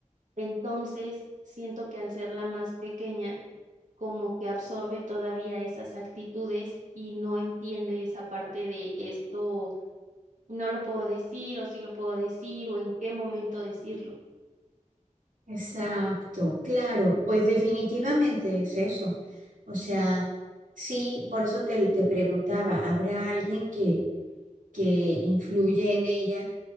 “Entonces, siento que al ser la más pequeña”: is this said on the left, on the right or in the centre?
Right